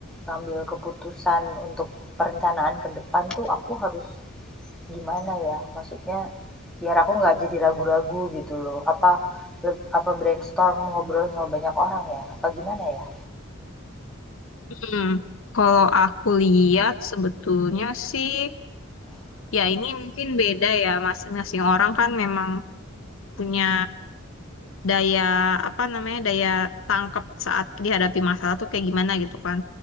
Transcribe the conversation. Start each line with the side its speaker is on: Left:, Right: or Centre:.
Centre: ngambil keputusan untuk perencanaan ke depan tuh aku harus gimana ya? Maksudnya biar aku nggak jadi ragu-ragu gitu loh. Apa leb- apa brainstorm ngobrol sama banyak orang ya? Apa gimana ya?
Left: Hmm. Kalau aku lihat sebetulnya sih Ya, ini mungkin beda ya, masing-masing orang kan memang punya daya apa namanya daya tangkap saat dihadapi masalah tuh kayak gimana gitu kan.